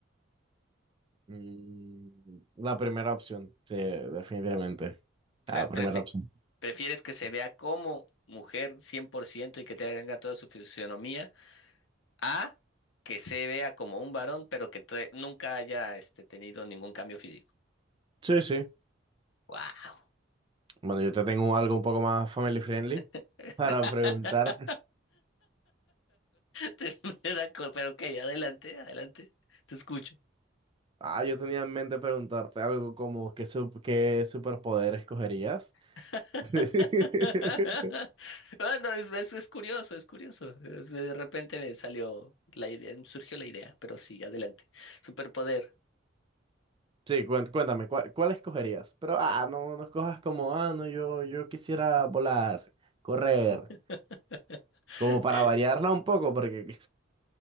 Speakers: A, on the right; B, on the left.
A: Mm, La primera opción, sí, definitivamente.
B: O
A: La
B: sea, prefi-
A: primera opción.
B: ¿prefieres que se vea como mujer 100% y que te haga toda su fisionomía? A, que se vea como un varón, pero que todavía nunca haya este, tenido ningún cambio físico.
A: Sí, sí.
B: ¡Wow!
A: Bueno, yo te tengo algo un poco más family friendly
B: <laughs>
A: para preguntarte.
B: Tremenda co- Pero ok, adelante, adelante. Te escucho.
A: Ah, yo tenía en mente preguntarte algo como ¿qué, sup- qué superpoder escogerías?
B: <laughs>
A: <laughs>
B: Bueno, es- eso es curioso, es curioso. Es- de repente me salió la idea, me surgió la idea, pero sí, adelante. Superpoder.
A: Sí, cuen- cuéntame, ¿cuál, cuál escogerías? Pero, ah, no, no escojas como, ah, no, yo, yo quisiera volar, correr,
B: <laughs>
A: como para
B: Eh,
A: variarla un poco, porque